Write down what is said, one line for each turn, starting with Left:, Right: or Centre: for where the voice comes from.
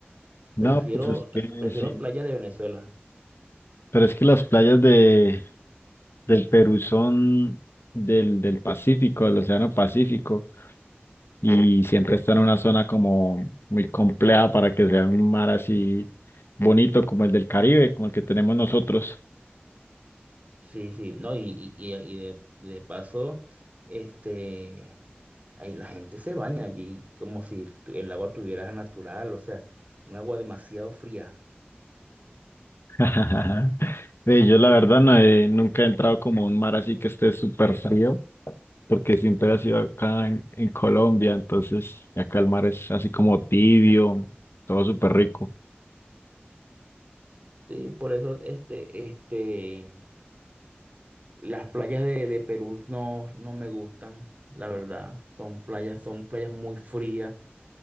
Left: No,
Right: Prefiero,
Left: pues es que
Right: prefiero
Left: sí.
Right: playas de Venezuela.
Left: Pero es que las playas de, del Perú son del, del Pacífico, del Océano Pacífico, y siempre está en una zona como muy compleja para que sea un mar así bonito como el del Caribe, como el que tenemos nosotros.
Right: Sí, sí, no, y, y, y- y de, de paso, este, ahí la gente se baña allí como si tu- el agua tuviera natural, o sea, un agua demasiado fría.
Left: <laughs> Ve, Yo la verdad no he- nunca he entrado como a un mar así que esté súper frío, porque siempre ha sido acá en, en Colombia, entonces acá el mar es así como tibio, todo súper rico.
Right: Sí, por eso, este, este. Las playas de, de Perú no, no me gustan, la verdad. Son playas, son playas muy frías